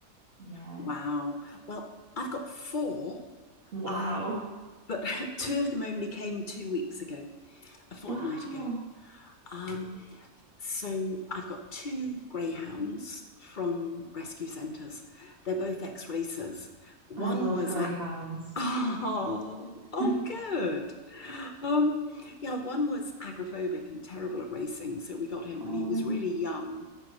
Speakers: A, on the right; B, on the left.
A: Yeah.
B: Wow. Well, I've got four,
A: Wow.
B: uh, but <laughs> two of them only came two weeks ago, a fortnight
A: Wow.
B: ago. Um, so I've got two greyhounds from rescue centres. They're both ex racers. One
A: I love
B: was
A: greyhounds.
B: at <laughs> Oh,
A: <laughs>
B: oh, good. Um, yeah, one was agoraphobic and terrible at racing, so we got him
A: Oh,
B: when he was really young,